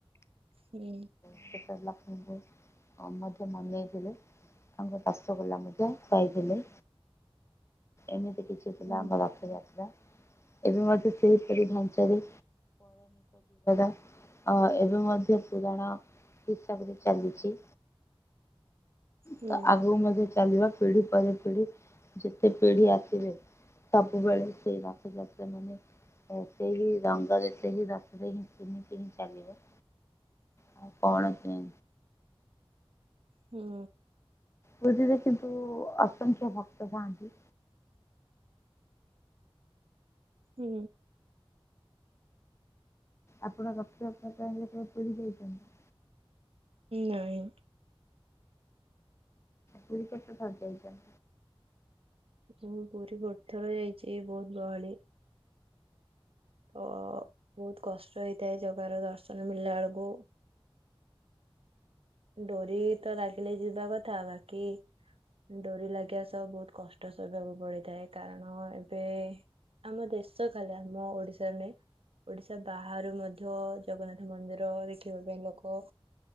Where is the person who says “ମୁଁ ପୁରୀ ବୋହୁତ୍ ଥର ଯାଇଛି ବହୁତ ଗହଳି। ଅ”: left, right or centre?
Right